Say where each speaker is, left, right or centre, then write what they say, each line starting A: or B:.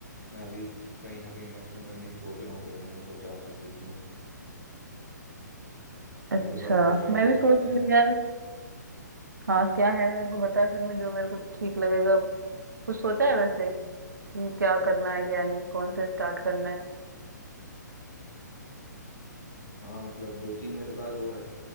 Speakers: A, on the left; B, on the right.
A: मैं अभी कहीं ना कहीं इन्वेस्टमेंट करने की सोच रहा हूँ तो मैंने सोचा आपसे पूछ लूँ
B: अच्छा
A: मेरे पास कुछ आइडियाज
B: मैं भी सोच
A: तो हैं
B: रही हूँ यार हाँ क्या है मेरे को बता फिर मैं जो मेरे को ठीक लगेगा कुछ सोचा है वैसे कि क्या करना है क्या नहीं कौन से स्टार्ट करना है
A: हाँ मतलब दो तीन मेरे पास वो है